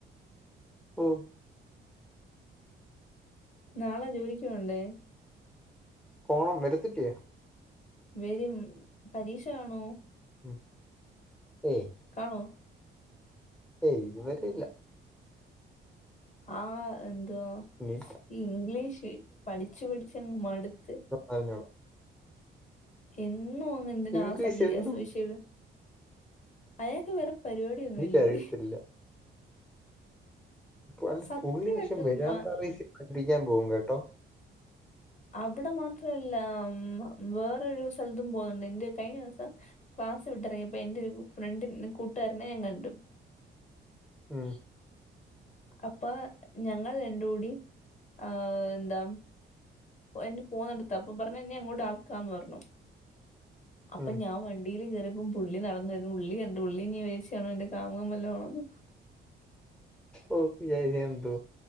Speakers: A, in the centre; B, on the left.
A: ഓ
B: നാളെ ജോലിക്ക് പോവണ്ടേ
A: പോണം വെരത്തില്ലേ
B: വെരും പരീക്ഷകാണോ
A: ഉം ഏയ്
B: കാണോ
A: ഏയ് ഇതുവരെ ഇല്ല
B: ആഹ് എന്തുവാ
A: നീ
B: ഈ ഇംഗ്ലീഷ് പഠിച്ചുപഠിച്ചങ്ങ് മടുത്ത്
A: അറിഞ്ഞോ
B: എന്നും അങ്ങ് എന്തിനാ
A: ഇംഗ്ലീഷ്
B: ആ സബി
A: എന്നും
B: സുശീല് അയാക്ക് വേറേ പരിപാടിയൊന്നും
A: എനിക്കറിയത്തില്ല
B: ഇല്ലേ
A: വൽ
B: സത്യമായിട്ടും
A: പുള്ളി പക്ഷേ വരാന്തറൈഷ്
B: മ
A: പഠിക്കാൻ പോകും കേട്ടോ
B: അവിടെ മാത്രല്ല മം വേറൊരു സ്ഥലത്തും പോന്നുണ്ട് എന്റെ കഴിഞ്ഞ ദിവസം ക്ലാസ് വിട്ടിറങ്ങിയപ്പം എന്റെയൊരു ഫ്രണ്ട് കൂട്ടുകാരനെ ഞാൻ കണ്ടു
A: ഉം
B: അപ്പൊ ഞങ്ങൾ രണ്ടൂടി ആ എന്താ എന്നെ പോന്നടുത്ത് അപ്പോപറഞ്ഞു എന്നെ അങ്ങോട്ട് ആക്കാന്ന് പറഞ്ഞു അപ്പൊ
A: ഉം
B: ഞാൻ വണ്ടിൽ കയറിയപ്പം പുള്ളി നടന്നവരുന്നു പുള്ളി കണ്ടു പുള്ളി ഇന്നി വിചാരിച്ചു കാണും എന്റെ കാമുകൻ വല്ലോം ആണെന്ന്
A: ഒ വിചാരിക്കന്ന് എന്തു